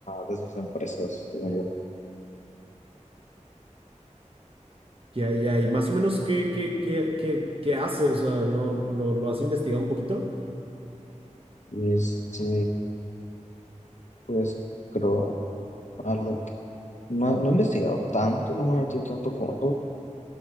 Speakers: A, on the left; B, on the right.
A: de sus empresas, según yo.
B: Ya, ya, y más o menos qué, qué, qué, qué, qué hace, o sea, no lo, lo has investigado un poquito.
A: este, pues, creo, a lo que, no, no he investigado tanto, no me he metido tanto fondo,